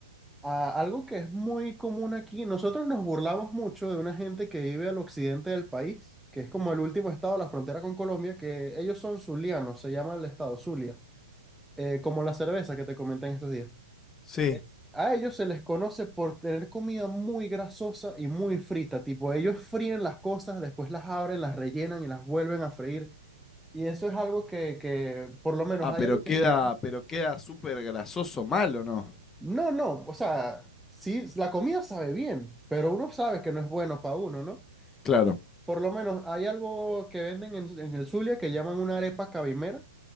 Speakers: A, in the centre; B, on the left.
A: a- algo que es muy común aquí, nosotros nos burlamos mucho de una gente que vive al occidente del país, que es como el último estado de la frontera con Colombia, que ellos son zulianos, se llama el estado Zulia, eh, como la cerveza que te comenté en estos días.
B: Sí.
A: Eh, A ellos se les conoce por tener comida muy grasosa y muy frita, tipo ellos fríen las cosas, después las abren, las rellenan y las vuelven a freír. Y eso es algo que, que por lo menos
B: Ah,
A: hay
B: pero
A: algo
B: queda,
A: que se llama...
B: pero queda súper grasoso mal, ¿o no?
A: No, no, o sea, sí, la comida sabe bien, pero uno sabe que no es bueno para uno, ¿no?
B: Claro.
A: Por lo menos hay algo que venden en, en el Zulia que llaman una arepa cabimera